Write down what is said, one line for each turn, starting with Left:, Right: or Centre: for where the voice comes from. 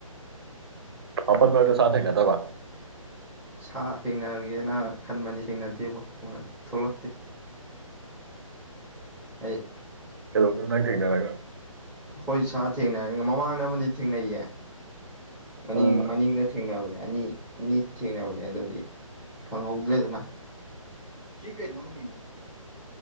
Right: ꯄꯄ ꯃꯦ ꯁꯥ ꯊꯅ ꯊꯕꯥ
Centre: ꯁꯥ ꯊꯦꯡꯅꯒꯦꯅ ꯈꯟꯕꯅꯤ ꯊꯦꯡꯅꯗꯦꯕꯣ ꯊꯣꯛꯂꯛꯇꯦ ꯑꯩ
Right: ꯀꯗꯣ ꯅ ꯊꯅꯅ
Centre: ꯍꯣꯏ ꯁꯥ ꯊꯦꯡꯅ ꯃꯃꯥꯡꯗꯕꯨꯗꯤ ꯊꯦꯡꯅꯩꯌꯦ ꯃꯅꯤꯡ
Right: ꯑꯥ
Centre: ꯃꯅꯤꯡꯅ ꯊꯦꯡꯅꯕꯅꯦ ꯑꯅꯤ ꯑꯅꯤ ꯊꯦꯡꯅꯕ ꯑꯗꯨꯗꯤ ꯐꯪꯍꯧꯗ꯭ꯔꯦꯗꯅ ꯆꯀꯦ ꯊꯅꯤ